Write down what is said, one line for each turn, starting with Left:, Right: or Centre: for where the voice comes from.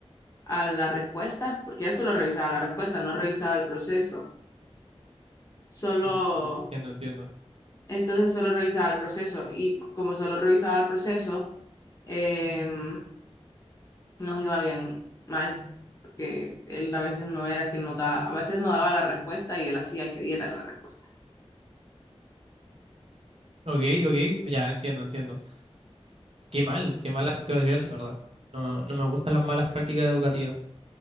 Left: a la respuesta, porque eso lo revisaba la respuesta, no revisaba el proceso solo,
Right: Mm, Entiendo, entiendo.
Left: entonces solo revisaba el proceso y como solo revisaba el proceso, em, nos iba bien mal, porque él a veces no era que nos daba, a veces no daba la respuesta y él hacía que diera la respuesta.
Right: Ok, ok, ya entiendo, entiendo. Qué mal, qué mala situación, la verdad. No, no me gustan las malas prácticas educativas.